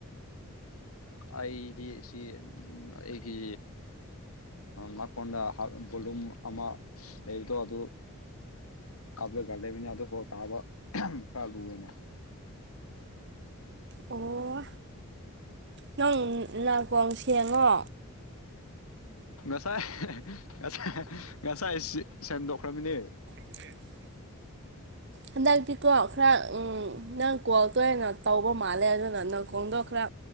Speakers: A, on the left; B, on the right.
A: ꯑꯩꯗꯤ ꯁꯤ ꯎꯝ ꯑꯩꯒꯤ ꯅꯥꯀꯣꯟꯗ ꯕꯣꯂꯨꯝ ꯑꯃ ꯂꯩꯕꯗꯣ ꯑꯗꯨ ꯀꯂꯒꯗꯦꯕꯤꯅꯦ ꯑꯗꯨ ꯐꯥꯎ ꯇꯥꯕ ꯀꯂꯨꯅꯦ
B: ꯑꯣ ꯅꯪ ꯅꯥꯀꯣꯡ ꯁꯦꯡꯉꯣ
A: ꯉꯁꯥꯏ ꯉꯁꯥꯏ ꯉꯁꯥꯏ ꯁꯦꯝꯦꯟꯗꯈ꯭ꯔꯃꯤꯅꯤ
B: ꯎ ꯍꯟꯗꯛꯇꯤꯀꯣ ꯈꯔ ꯅꯪ ꯀꯣꯜ ꯇꯧꯢꯅ ꯇꯧꯕ ꯃꯥꯜꯂꯦ ꯑꯗꯨꯅ ꯅꯀꯣꯡꯗꯣ ꯈꯔ